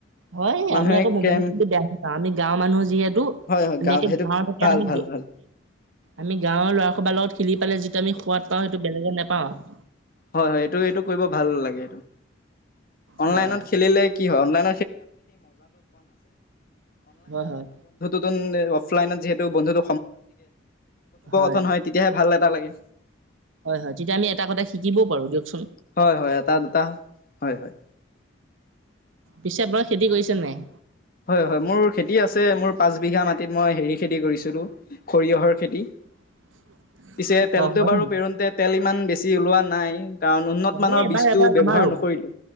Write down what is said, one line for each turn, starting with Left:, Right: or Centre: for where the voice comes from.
Right: হয়,
Left: মানুহে
Right: আমি আকৌ মোবাইলত
Left: কেৰম
Right: <unintelligible> বেয়া নাপাওঁ আমি গাঁৱ মানুহ যিহেতু।
Left: হয় হয়
Right: আমি
Left: গাঁও
Right: গাঁৱলৈকে
Left: সেইটো ভাল
Right: আমি
Left: ভাল ভাল হয়
Right: আমি গাঁৱৰ ল'ৰা সোপা লগত খিলি পেলে যিটো আমি সোৱাদ পাওঁ সেইটো বেলেগে নেপাওঁ আৰু।
Left: হয়-হয় এইটো-এইটো কৰিব ভাল লাগে, অনলাইনত
Right: হয়
Left: খেলিলে কি হয় অনলাইন
Right: হয় হয়
Left: লত যিহেতু বন্ুন্ত
Right: হয়
Left: থ হয়তিয়া ভাল এটা লাগে।
Right: হয়- হয় তেতিয়া আমি এটা কথা শিকিবও পাৰো দিয়কচোন।
Left: হয় হয় এটা দুটা হয় হয়
Right: পিছে পৰে খেতি কৰিছে নাই
Left: হয়- হয় মোৰ খেতি আছে মোৰ পাঁচ বিঘা মাটিত মই হেৰি খেতি কৰিছিলোঁ সৰিয়হৰ খেতি।
Right: <unintelligible>
Left: পিছে তেলতটো
Right: অ হয়
Left: বাৰু পেৰুোতে তেল ইমান বেছি ওলোৱা নাই কাৰণ উন্নত
Right: অ
Left: মানৰ
Right: এবাৰ
Left: বীজটো
Right: এবাৰ
Left: ব্যৱহাৰ
Right: আমাৰো
Left: নকৰিলো